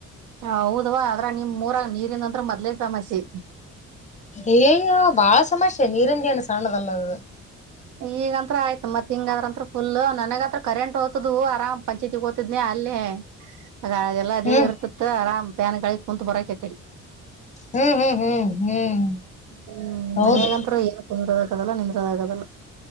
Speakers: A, on the right (about 80°); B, on the left (about 25°).
A: ಹೌದ್ವಾ ಅದ್ರಾಗ್ ನಿಮ್ಮ ಊರಾಗ್ ನೀರಿನಂತ್ರ ಮದ್ಲೇ ಸಮಸ್ಯೆ.
B: ಏಯ್ಯಇಯೋ ಬಾಳ ಸಮಸ್ಯೆ ನೀರಿಂದ ಎನ್. ಸಣ್ಣದಲ್ಲ ಅದದ.
A: ಈಗ ಅಂತ್ರ ಆಯ್ತ್ ಮತ್ತ್ ಹಿಂಗ ಆದ್ರ ಅಂತ್ರ ಫುಲ್ಲು ನನಗತ್ರ ಕರೆಂಟ್ ಹೋತ್ತುದು ಆರಾಮ್ ಪಂಚಾಯತಿ ಗೋತಿದ್ನೇ ಅಲ್ಲೇ. ಅದ ಅದೆಲ್ಲಾ ಅದ
B: ಹ್ಮ್
A: ಇರ್ತತ್ ಆರಾಮ್. ಪ್ಯಾನ್ಗಳಿ ಕುಂತ್ ಬಿಡ್ಕೀ ಆಕಡಿ.
B: ಹ್ಮ್ ಹ್ಮ್ ಹ್ಮ್ ಹ್ಮ್
A: ಹ್ಮ್
B: ಹೌದು
A: ಮನ್ಯಾಗ ಅಂತ್ರು ಏನು ಕುಂದ್ರೋದ ಆಗದಲ್ಲ ನಿಂದ್ರೋದ ಆಗದಲ್ಲಾ.